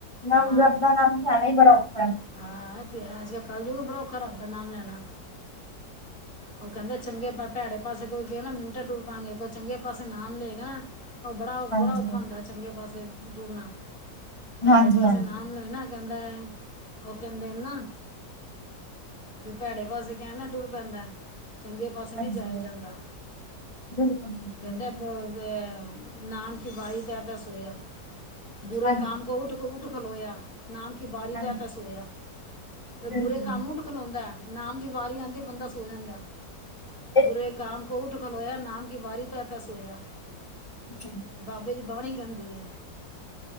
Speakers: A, on the left; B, on the left.
A: ਨਾਮ
B: ਹਾਂ
A: ਜਪਣਾ ਨਾਮ ਲੈਣਾ ਈ ਬੜਾ ਔਖਾ ਹੈ।
B: ਹਾਂ ਏ ਤੇ ਹੈ ਅਜ ਕਲ ਕੱਲਜੁਗ ਏ ਬੜਾ ਔਖਾ ਰੱਬ ਦਾ ਨਾਮ ਲੈਣਾ।
A: <inaudible>
B: ਉਹ ਕਹਿੰਦੇ ਚੰਗੇ, ਭੈੜੇ ਪਾਸੇ ਕੋਈ ਕਹੇ ਨਾ ਮਿੰਟੇ ਤੂਰ ਪਾਂਗੇ, ਕੋਈ ਚੰਗੇ ਪਾਸੇ ਨਾਮ ਲਏਗਾ ਨਾ ਉਹ ਬੜਾ-ਬੜਾ
A: ਹਾਂਜੀ
B: ਔਖਾ ਹੁੰਦਾ ਚੰਗੇ ਪਾਸੇ ਤੁਰਨਾ, ਭੈੜੇ
A: ਹਾਂਜੀ
B: ਪਾਸੇ
A: ਹਾਂਜੀ
B: ਨਾਮ ਲਏ ਨਾ ਕਹਿੰਦਾ ਉਹ ਕਹਿੰਦੇਨ ਨਾ ਬਈ ਭੈੜੇ ਪਾਸੇ ਕਹਿਣ ਨਾ ਤੁਰ ਪੈਂਦਾ, ਚੰਗੇ ਪਾਸੇ ਨਹੀਂ
A: ਹਾਂਜੀ
B: ਜਾਯਾ ਜਾਂਦਾ
A: ਬਿਲਕੁਲ ਬਿਲਕੁਲ
B: ਕਹਿੰਦੇ <unintelligible> ਨਾਮ <unintelligible> ਤਾਂ ਸੋਯਾ ਬੁਰੇ
A: ਹਾਂਜੀ
B: ਕਾਮ ਕੋ ਉਠ-ਊਠ ਖਲੋਯਾ। ਨਾਮ ਕੀ ਬਾਰੀ
A: ਹਾਂਜੀ
B: ਤਹਿ ਤੇ ਸੋਯਾ ਤੇ
A: ਬਿਲਕੁਲ
B: ਬੁਰੇ ਕਾਮ ਨੂ ਉੱਠ ਖਲੋਂਦਾ ਨਾਮ ਦੀ ਵਾਰੀ ਆਂਦੀ ਬੰਦਾ ਸੋ ਜਾਂਦਾ।
A: ਇਹ
B: ਬੁਰੇ ਕਾਮ ਕੋ ਉੱਠ ਖਲੋਯਾ ਨਾਮ ਕੀ ਬਾਰੀ ਤਹਿ-ਤਹਿ ਸੋਯਾ।
A: <inaudible>
B: ਬਾਬੇ ਦੀ ਬਾਣੀ ਕਹਿੰਦੀ ਏ